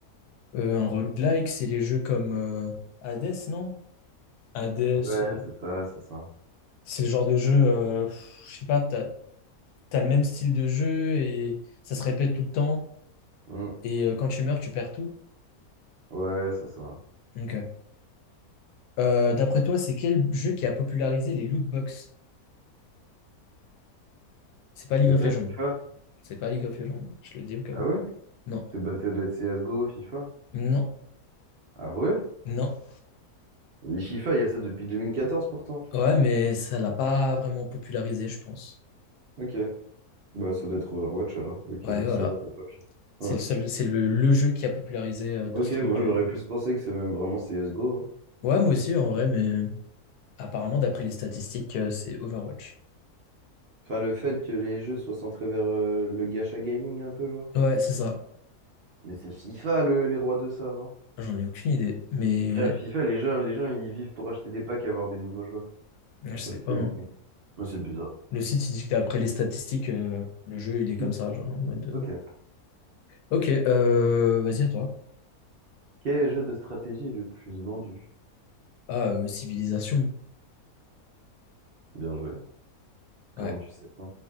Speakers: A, on the left (about 90°); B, on the right (about 60°).
A: Euh, un roguelike, c'est les jeux comme euh, Hades, non? Hades,
B: Ouais,
A: euh,
B: c'est ça, c'est ça.
A: c'est le genre de jeu, euh, pff, je sais pas, t'as, t'as le même style de jeu et ça se répète tout le temps.
B: Hmm,
A: Et euh, quand tu meurs, tu perds tout.
B: Ouais, c'est ça.
A: Ok. Euh, d'après toi, c'est quel jeu qui a popularisé les loot box? C'est pas
B: C'est
A: League of
B: pas
A: Legends.
B: FIFA?
A: C'est pas League of Legends, je le dis au cas
B: Ah
A: où.
B: ouais?
A: Non.
B: C'est bah, ça doit être CSGO, FIFA.
A: Non,
B: Ah ouais?
A: non.
B: Mais FIFA, il y a ça depuis 2014 pourtant.
A: Ouais, mais ça l'a pas vraiment popularisé, je pense.
B: Ok. Bah ça doit être Overwatch alors, ok,
A: Ouais,
B: avec
A: voilà.
B: ça à l'époque.
A: C'est
B: Ouais.
A: le seul, c'est le, le jeu qui a popularisé euh, tout
B: Ok,
A: ce truc.
B: moi j'aurais
A: euh.
B: plus pensé que c'est même vraiment CSGO. hein.
A: Ouais, moi aussi, en vrai, mais apparemment, d'après les statistiques, euh, c'est Overwatch.
B: Enfin, le fait que les jeux soient centrés vers euh, le gacha gaming un peu, genre.
A: Ouais, c'est ça.
B: Mais c'est FIFA le- les rois de ça, non?
A: J'en ai aucune idée, mais
B: Frère, FIFA, les gens, les gens, ils vivent pour acheter des packs et avoir des nouveaux joueurs.
A: je sais
B: Sur FIFA.
A: pas. hein.
B: Ouais, C'est bizarre.
A: Le site, il dit que d'après les statistiques, euh, le jeu, il est comme
B: Mm.
A: ça, genre en mode. euh,
B: Ok.
A: Ok, euh, vas-y à toi.
B: Quel est le jeu de stratégie est le plus vendu?
A: Ah, euh, Civilisation.
B: Bien joué. Comment
A: Ouais.
B: tu sais ça?